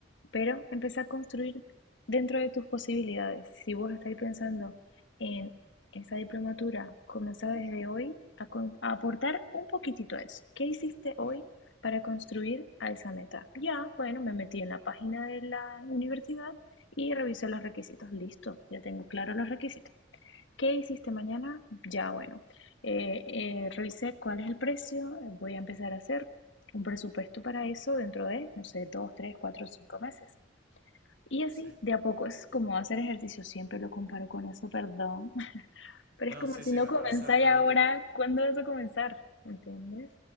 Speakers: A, on the left; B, on the right.
A: Pero empezá a construir dentro de tus posibilidades. Si vos estáis pensando en esa diplomatura, comenzá desde hoy a, con- a aportar un poquitito a eso. ¿Qué hiciste hoy
B: mm,
A: para construir a esa meta? Ya, bueno, me metí en la página de la universidad y revisé los requisitos. Listo, ya tengo claro los requisitos. ¿Qué hiciste mañana? Ya, bueno, eh, eh, revisé cuál es el precio, eh, voy a empezar a hacer un presupuesto para eso dentro de, no sé, dos, tres, cuatro, cinco meses. Y así,
B: sí.
A: de a poco, es como hacer ejercicio, siempre lo comparo con eso, perdón. <laughs> Pero
B: No,
A: es como
B: sí,
A: si
B: sí,
A: no
B: me
A: comenzáis
B: parece reútil
A: ahora, ¿cuándo vas a comenzar? ¿Entiendes?